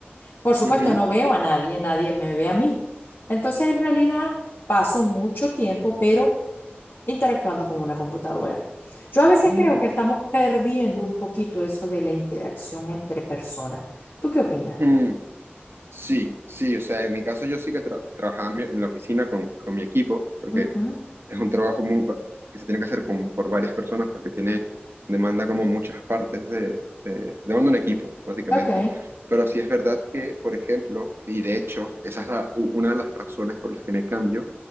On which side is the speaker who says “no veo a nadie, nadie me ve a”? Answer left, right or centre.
Left